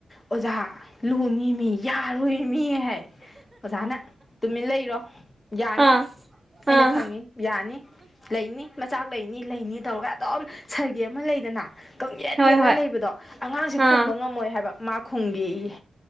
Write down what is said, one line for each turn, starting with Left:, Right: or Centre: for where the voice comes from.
Left: ꯑꯣꯖꯥ ꯂꯨꯅꯤꯃꯤ ꯌꯥꯔꯨ ꯃꯤ ꯍꯥꯏ ꯑꯣꯖꯥꯅ ꯇꯨꯃꯤꯟ ꯂꯩꯔꯣ ꯌꯥꯅꯤ
Right: ꯑꯥ
Left: ꯑꯩꯅ
Right: ꯑꯥ
Left: ꯈꯪꯉꯤ ꯌꯥꯅꯤ ꯂꯩꯅꯤ ꯃꯆꯥ ꯂꯩꯅꯤ ꯂꯩꯅꯤ ꯇꯧꯔꯒ ꯑꯗꯨꯝ ꯒꯤ ꯑꯃ ꯂꯩꯗꯅ ꯀꯪꯌꯦꯠ
Right: ꯍꯣꯏ
Left: ꯌꯦꯠꯂ
Right: ꯍꯣꯏ
Left: ꯂꯩꯕꯗꯣ ꯑꯉꯥꯡꯁꯤ ꯈꯨꯝꯕ
Right: ꯑꯥ
Left: ꯉꯝꯃꯣꯏ ꯍꯥꯏꯕ ꯃꯈꯨꯝꯒꯤ ꯏ